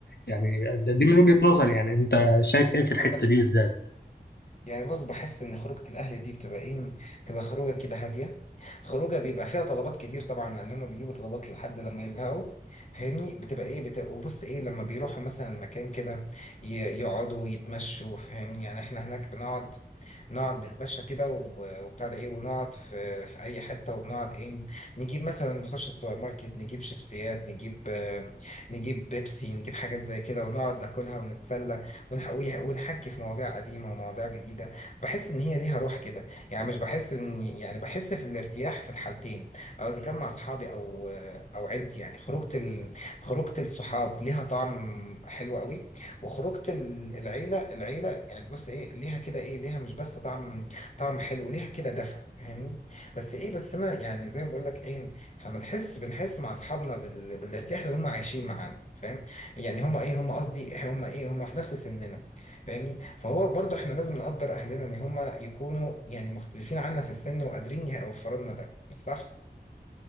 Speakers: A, on the left; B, on the left.
A: يعني ده- دي من وجهه نظري يعني انت شايف ايه في الحته
B: عندك
A: دي بالذات
B: يعني بص بحس ان خروجة الاهل دي بتبقى ايه بتبقى خروجة كده هادية خروجة بيبقى فيها طلبات كتير طبعا لان هم بيجيبوا طلبات لحد لما يزهقوا فاهمني بتبقى ايه بتبقى وبص ايه لما بيروحوا مثلا مكان كده ي- يقعدوا يتمشوا فاهمني يعني احنا هناك بنقعد نقعد نتمشى كده و- وبتاع ده ايه ونقعد في في اي حته وبنقعد ايه نجيب مثلا نخش السوبر ماركت نجيب شيبسيات نجيب آه، نجيب بيبسي نجيب حاجات زي كده ونقعد ناكلها ونتسلى ونح... وي- ونحكي في مواضيع قديمة ومواضيع جديدة بحس إن هي ليها روح كده يعني مش بحس إن يعني بحس في الارتياح في الحالتين أو إذا كان مع أصحابي أو أو عيلتي يعني خروجة ال... خروجة الصحاب ليها طعم حلو قوي وخروجة ال- العيلة العيلة يعني بص إيه ليها كده إيه ليها مش بس طعم طعم حلو ليها كده دفى فاهمني بس إيه بس أنا يعني زي ما بقول لك إيه احنا بنحس بنحس مع أصحابنا بال... بالارتياح اللي هم عايشين معانا فاهم يعني هما ايه هما قصدي هما ايه هما في نفس سننا فاهمني فهو برضو احنا لازم نقدر اهلنا ان هما يكونوا يعني مختلفين عنا في السن وقادرين يوفروا لنا ده مش صح